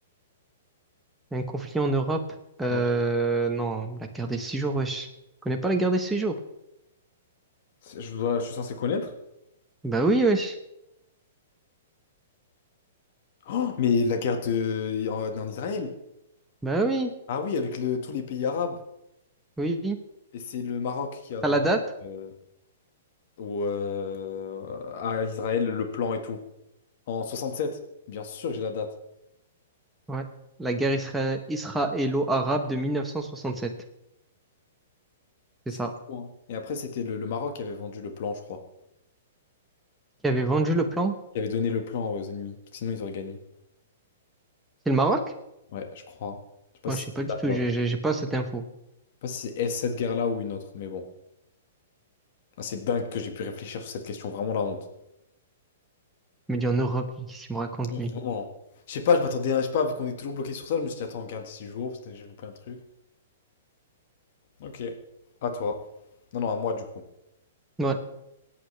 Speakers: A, in the centre; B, on the left.
A: Un conflit en Europe? Euh,
B: Ouais.
A: non, la guerre des six jours, wesh. Tu connais pas la guerre des six jours?
B: C'est- Je, dois- je suis censé connaître.
A: Bah oui, wesh.
B: Oh, mais la guerre de... en, en Israël.
A: Bah oui,
B: Ah oui, avec le- tous les pays arabes.
A: oui. oui.
B: Et c'est le Maroc qui a
A: T'as
B: vendu
A: la date?
B: euh, au, euh, à Israël le plan et tout. En 67. bien sûr que j'ai la date.
A: Ouais. La guerre isra- israélo-arabe de 1967. C'est
B: C'est
A: ça.
B: fou, hein. Et après, c'était le, le Maroc qui avait vendu le plan, je crois.
A: Qui avait vendu le plan?
B: Qui avait donné le plan aux ennemis. Parce que sinon, ils auraient gagné.
A: C'est le Maroc?
B: Ouais, je crois. Je sais pas
A: Moi,
B: si
A: je sais
B: c'est
A: pas du
B: là
A: tout.
B: ou l'autre.
A: J'ai
B: Je
A: j'ai- j'ai pas cette info.
B: sais pas si c'est cette guerre-là ou une autre, mais bon. Ah, c'est dingue que j'ai pu réfléchir sur cette question. Vraiment la honte.
A: Il me dit en Europe, lui, qu'est-ce qu'il me raconte,
B: Ouais,
A: lui?
B: Vraiment. Je sais pas, je m'attendais à, je sais pas, vu qu'on est toujours bloqué sur ça, je me suis dit, attends, on garde 6 jours, parce que j'ai loupé un truc. Ok. À toi. Non, non, à moi, du coup.
A: Ouais.